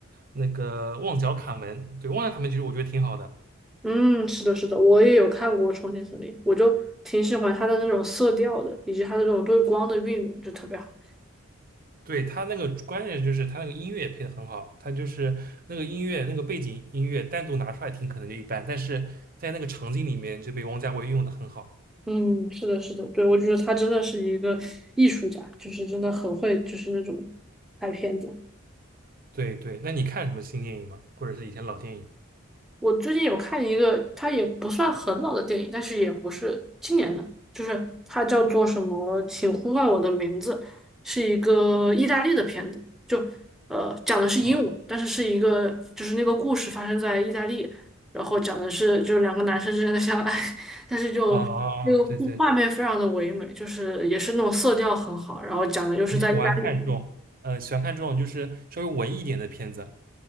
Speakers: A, on the right; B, in the centre.
A: 那个《旺角卡门》。对，《旺角卡门》其实我觉得挺好的。
B: 嗯，是的，是的，我也有看过《重庆森林》，我就挺喜欢他的那种色调的，以及他的那种对光的运用，就特别好。
A: 对他那个关键就是他那个音乐也配的很好，他就是那个音乐那个背景音乐单独拿出来听可能就一般，但是在那个场景里面就被王家卫运用的很好。
B: 嗯，是的，是的，对，我觉得他真的是一个艺术家，就是真的很会，就是那种拍片子。
A: 对对，那你看什么新电影吗？或者是以前老电影？
B: 我最近有看一个，它也不算很老的电影，但是也不是今年的，就是它叫做什么《请呼唤我的名字》，是一个意大利的片子，就呃讲的是英文，
A: 哦
B: 但是是一个就是那个故事发生在意大利，然后讲的是就是两个男生之间的相爱，<laughs> 但是就那个画面非常的唯美，
A: 哦哦，对对，
B: 就是也是那种色调很好，然后讲的就是在意大利。
A: 你喜欢看这种，呃，喜欢看这种就是稍微文艺一点的片子。